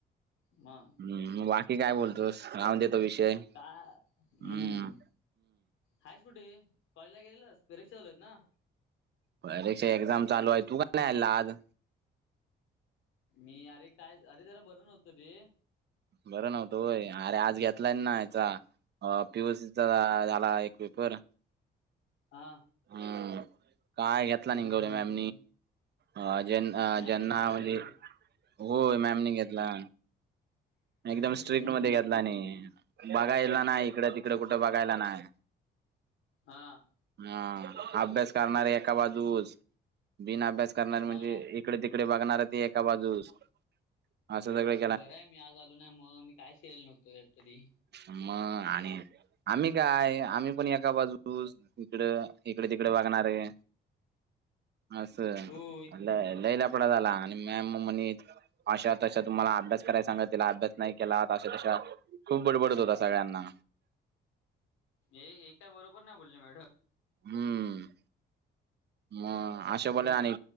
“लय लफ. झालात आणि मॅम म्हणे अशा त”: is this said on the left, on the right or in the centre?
Right